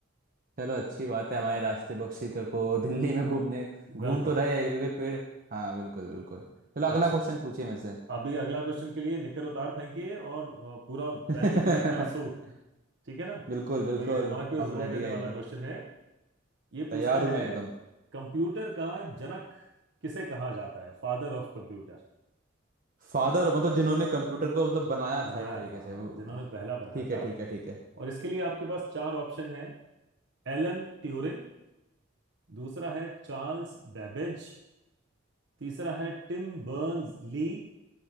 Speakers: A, on the right; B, on the right.
A: चलो अच्छी बात है हमारे राष्ट्रीय पक्षी का- को दिल्ली में घूमने घूम
B: बिल्कुल
A: तो रहे हैं क्योंकि पेड़ हाँ बिल्कुल बिल्कुल चलो अगला
B: अच्छा
A: क्वेश्चन पूछिए मेरे से
B: अभी अगला क्वेश्चन के लिए निकर उतार फेंकिए और अ, पूरा पहन
A: <laughs>
B: लीजिए अपना सूट ठीक है ना
A: बिल्कुल बिल्कुल
B: और ये दिमाग पे
A: हम
B: जोर
A: रेडी
B: देने
A: है
B: वाला
A: एकदम
B: क्वेश्चन है ये
A: तैयार
B: पूछता है
A: हूँ मैं एकदम
B: कंप्यूटर का जनक किसे कहा जाता है फादर ऑफ कंप्यूटर
A: फादर मतलब जिन्होंने कंप्यूटर को मतलब बनाया
B: बनाया
A: था एक तरीके
B: था
A: से
B: हाँ
A: वो
B: जिन्होंने
A: आ,
B: पहला बनाया
A: ठीक है
B: था
A: ठीक है ठीक है
B: और इसके लिए आपके पास चार ऑप्शन है एलन ट्यूरिंग दूसरा है चार्ल्स बेबेज तीसरा है टिम बर्न्स ली